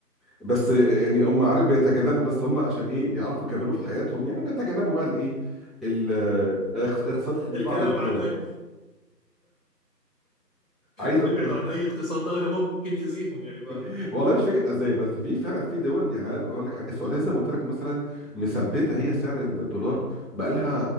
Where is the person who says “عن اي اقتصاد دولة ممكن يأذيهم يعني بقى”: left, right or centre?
Left